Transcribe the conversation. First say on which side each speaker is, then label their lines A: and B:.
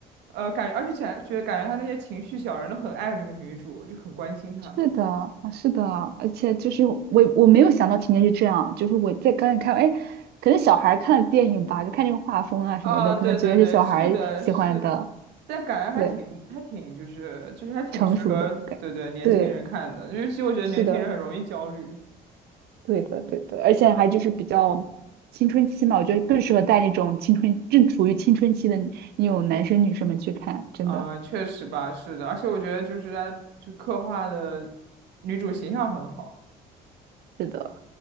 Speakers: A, on the right (about 85°); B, on the right (about 70°).
A: 呃，感觉而且感觉感觉他那些情绪小人都很爱这个女主，就很关心她。
B: 是的，啊是的，而且就是我我没有想到情节是这样，就是我在刚才看，哎，可能小孩儿看电影吧，就看这个画风啊什么的，
A: 啊，
B: 可能觉得是小孩儿喜欢的，
A: 对对对，是的，是，但感觉还挺还挺就是就是还挺适合对对年轻人看的，
B: 对，成熟的感，对，
A: 尤其我觉得年轻人很容易焦虑
B: 是的，对的，对的，而且还就是比较青春期嘛，我觉得更适合带那种青春正处于青春期的那种男生女生们去看，真的，
A: 啊，确实吧，是的，而且我觉得就是他就刻画的女主形象很好，
B: 是的。